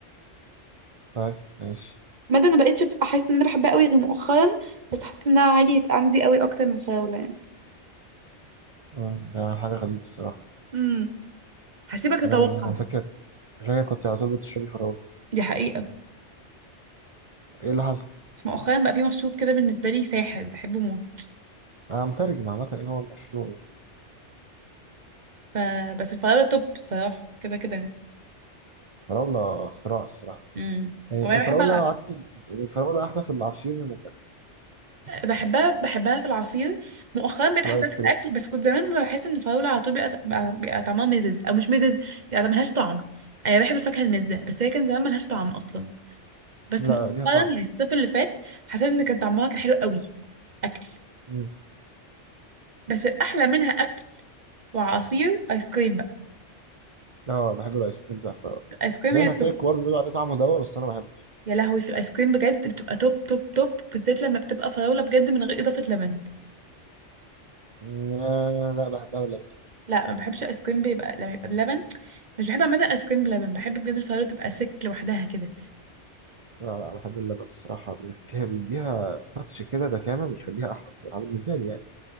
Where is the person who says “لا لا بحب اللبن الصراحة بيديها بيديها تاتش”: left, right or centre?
Right